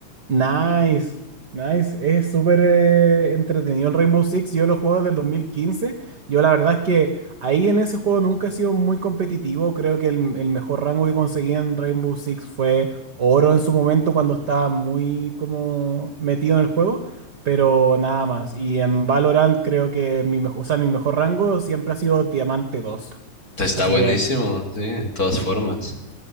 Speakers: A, on the right; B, on the left.
A: Nice, nice. Es súper eh, entretenido el Rainbow Six. Yo lo juego del 2015. Yo la verdad es que ahí en ese juego nunca he sido muy competitivo. Creo que el, el mejor rango que conseguí en Rainbow Six fue oro en su momento cuando estaba muy como metido en el juego, pero nada más. Y en Valorant creo que mi mejor, o sea, mi mejor rango siempre ha sido diamante dos.
B: Está
A: Así
B: buenísimo,
A: que
B: sí, de todas formas.